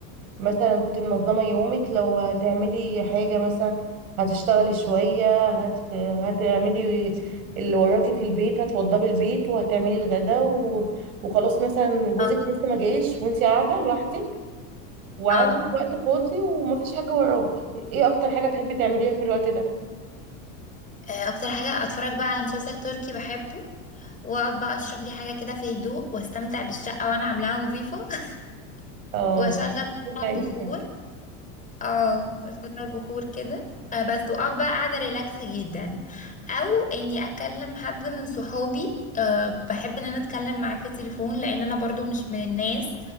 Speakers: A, on the right; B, on the left.
A: مثلا كنت منظمة يومك لو هتعملي حاجة مثلا هتشتغلي شوية هت... هتعملي اللي وراكي في البيت هتوضبي البيت وهتعملي الغدا و... وخلاص مثلا جوزك
B: اه
A: لسه ما جايش وانتي قاعدة لوحدك وعندك
B: آه.
A: وقت فاضي ومفيش حاجة وراكي ايه اكتر حاجة تحبي تعمليها في الوقت ده
B: آه، اكتر حاجة اتفرج بقى على مسلسل تركي بحبه واقعد بقى اشرب لي حاجه كده في هدوء واستمتع بالشقه وانا عاملاها نظيفه <laughs>
A: اه
B: واشغل
A: في
B: طبعاً
A: حاجة
B: بخور اه قصاد البخور كده آه، بس واقعد بقى قاعده ريلاكس جدا او اني اكلم حد من صحابي أه بحب ان انا اتكلم معاه في التليفون لان انا برضو مش من الناس